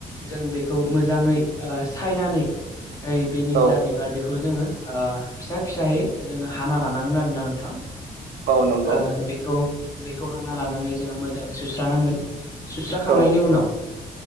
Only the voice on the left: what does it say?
जों बे खौ मोजाङै ओ सायनानै बेनि
जा बिबार बेखौ जोङो ओ फिसा फिसायै जोङो हाना लानांगोन आरोना नोंथां।
ओ बेखौ बेखौ हाना लानानै जोङो मोजाङै सुस्रानांगोन। सुस्राखांनायनि
उनाव